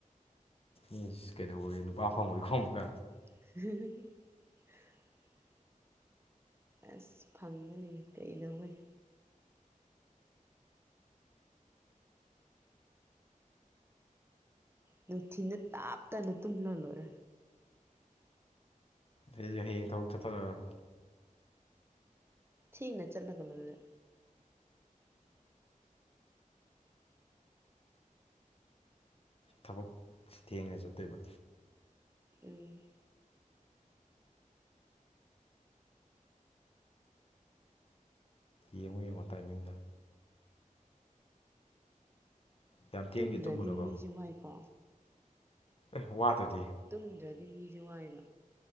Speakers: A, on the left (about 45°); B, on the right (about 15°).
A: ꯏꯁ ꯀꯩꯗꯧꯕꯒꯤ ꯅꯨꯄꯥ ꯐꯪꯉꯣꯏꯀꯣ ꯑꯃꯨꯛꯀ꯫
B: <unintelligible> ꯑꯁ ꯐꯪꯒꯅꯤꯅꯦ ꯀꯩꯗꯧꯕꯩ ꯅꯨꯡꯊꯤꯟꯗ ꯇꯞ ꯇꯥꯟꯅ ꯇꯨꯝꯂ ꯂꯣꯏꯔꯦ꯫
A: ꯑꯗꯨꯗꯤ ꯍꯌꯦꯡ ꯊꯕꯛ ꯆꯠꯊꯣꯛꯔꯔꯣꯏ꯫
B: ꯊꯦꯡꯅ ꯆꯠꯂꯒ ꯂꯣꯏꯔꯦ꯫
A: ꯊꯕꯛ ꯊꯦꯡꯅ ꯆꯠꯇꯣꯏꯕ꯫
B: ꯎꯝ꯫
A: ꯌꯦꯡꯉꯣ ꯌꯦꯡꯉꯣ ꯇꯥꯏꯃꯤꯡꯗꯣ꯫ ꯌꯥꯝ ꯊꯦꯡꯅꯗꯤ
B: ꯇꯨꯝꯗ꯭ꯔꯗꯤ
A: ꯇꯨꯝꯃꯨꯅꯨꯀꯣ
B: ꯃꯤꯖꯦ ꯋꯥꯏꯀꯣ꯫
A: ꯑꯦ ꯋꯥꯗ꯭ꯔꯗꯤ꯫
B: ꯇꯨꯝꯗ꯭ꯔꯗꯤ ꯃꯤꯖꯦ ꯋꯥꯏꯌꯦꯕ꯫